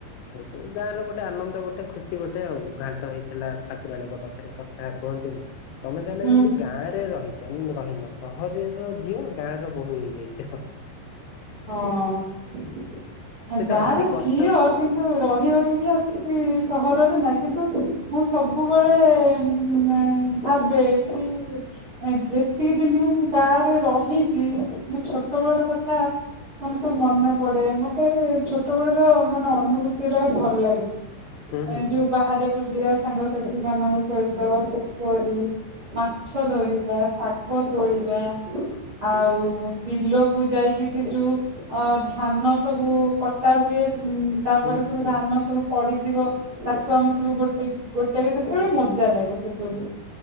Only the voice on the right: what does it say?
ହୁଁ
ହଁ
ଗାଁ
ର
ଝିଅ କିନ୍ତୁ ରହି ରହିକି ଆ କିଛି ସହରରେ ନାହିଁ କିନ୍ତୁ ମୁଁ ସବୁବେଳେ-ମ ଭାବେ <unintelligible> ଯେତିକି ଦିନ ବି ମୁଁ ଗାଁ ରେ ରହିଛି ମୋ ଛୋଟ ବେଳର କଥା ମାନେ ସବୁ ମନେ ପଡେ ମତେ ଛୋଟବେଳର ମାନେ ଅନୁଭୂତି ଟା ଭଲ ଲାଗେ
ଏ ଯୋଉ ବାହାରେ ବୁଲିବା ସାଙ୍ଗା ସାଥିମାନଙ୍କ ସହିତ ପୋଖରୀ ମାଛ ଧରିବା ଶାଗ ତୋଳିିବା। ଆଉ ବିଲକୁ ଯାଇକି ସେ ଯୋଉ ଅ ଧାନ ସବୁ କଟା ହୁଏ। ହୁଁ ତାପରେ
ସବୁ
ଧାନ ସବୁ ପଡି ଥିବ ତାକୁ ଆମେ ସବୁ ଗୋଟେ ଗୋଟେ ବି ସେତେବେଳେ ମଜା ଲାଗେ ସେତେବେଳେ।